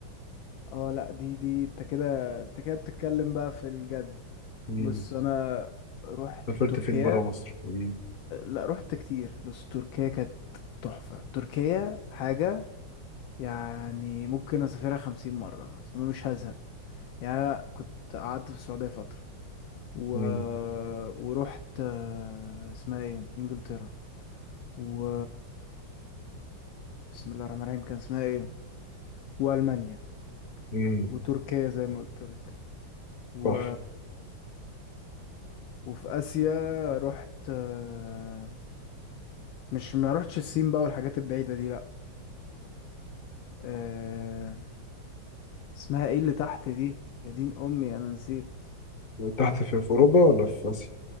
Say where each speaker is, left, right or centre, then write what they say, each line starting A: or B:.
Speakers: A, on the left; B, on the left.
A: اه لا دي دي انت كده انت كده بتتكلم بقى في الجد
B: مم.
A: بص انا رحت
B: سافرت
A: تركيا
B: فين بره مصر مم.
A: لا رحت كتير بس تركيا كانت تحفة تركيا حاجة يعني ممكن اسافرها خمسين مرة مثلا انا مش هزهق يعني كنت قعدت في السعودية فترة و...
B: مم.
A: ورحت آه، اسمها ايه انجلترا و بسم الله الرحمن الرحيم كان اسمها ايه والمانيا
B: مم.
A: وتركيا زي ما قلت لك و
B: تحفة
A: وفي اسيا رحت آه، مش ما رحتش الصين بقى والحاجات البعيدة دي لا آه، اسمها ايه اللي تحت دي يا دين امي انا نسيت
B: تحت في, في أوروبا ولا في آسيا